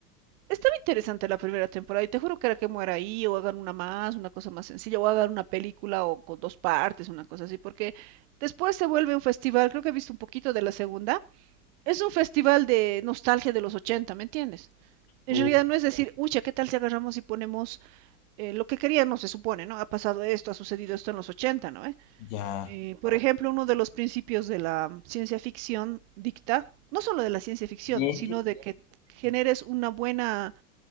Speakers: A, on the right; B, on the left.
A: Estaba interesante la primera temporada y te juro que era que muera ahí o hagan una más, una cosa más sencilla, o hagan una película o con dos partes, una cosa así, porque después se vuelve un festival. Creo que he visto un poquito de la segunda es un festival de nostalgia de los 80, ¿me entiendes? En
B: u,
A: realidad no es decir, ucha, ¿qué tal si agarramos y ponemos eh, lo que queríamos, se supone, ¿no? Ha pasado esto, ha sucedido esto en los 80, ¿no? Eh?
B: ya,
A: Eh, por ejemplo, uno de los principios de la ciencia ficción dicta, no solo de la ciencia ficción,
B: ye,
A: sino de que generes una buena,